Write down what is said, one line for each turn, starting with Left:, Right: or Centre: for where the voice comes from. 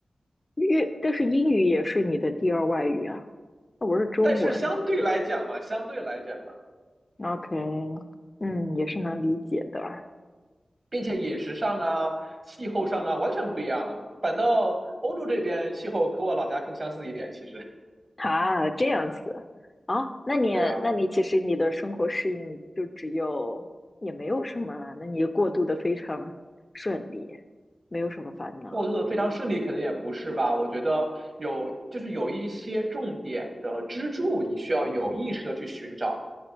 Left: 粤，但是英语也是你的第二外语啊，那我是中文。
Right: 但是相对来讲嘛，相对来讲嘛，
Left: OK，嗯，也是能理解的。
Right: 并且饮食上啊、气候上啊完全不一样啊。反倒欧洲这边气候和我老家更相似一点，其实
Left: 啊，这样子啊，那你那你其实你的生活适应就只有也没有什么啊那你过渡的非常顺利，
Right: 对啊。
Left: 没有什么烦恼。
Right: 过渡的非常顺利，肯定也不是吧？我觉得有就是有一些重点的支柱，你需要有意识的去寻找，